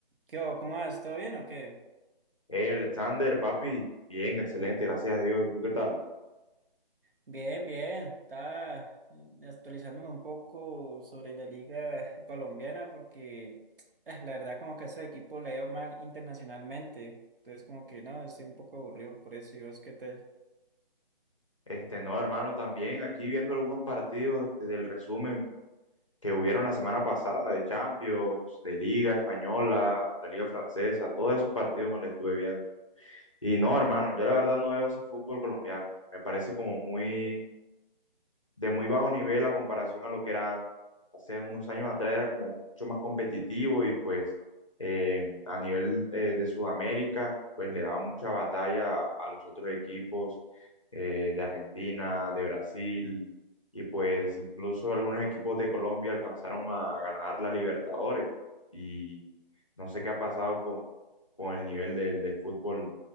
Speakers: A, on the right; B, on the left.
A: ¿Qué hubo? ¿Cómo vas? ¿Todo bien o qué?
B: Hey, Alexander, papi, bien, excelente, gracias a Dios. ¿Y tú qué tal?
A: Bien, bien. Estaba actualizándome un poco sobre la liga colombiana porque ah, la verdad como que a ese equipo le ha ido mal internacionalmente. Entonces como que no, estoy un poco aburrido por eso. ¿Y vos qué tal?
B: Este, no, hermano, también aquí viendo algunos partidos este, del resumen que hubieron la semana pasada de Champions, de Liga Española, de Liga Francesa, todos esos partidos me los estuve viendo. Y no, hermano, yo la verdad no veo ese fútbol colombiano. Me parece como muy de muy bajo nivel a comparación a lo que era antes. hace unos años atrás, era como mucho más competitivo y pues eh, a nivel eh, de Sudamérica, pues le daba mucha batalla a los otros equipos eh, de Argentina, de Brasil y pues incluso algunos equipos de Colombia alcanzaron a ganar la Libertadores y no sé qué ha pasado con, con el nivel del, del fútbol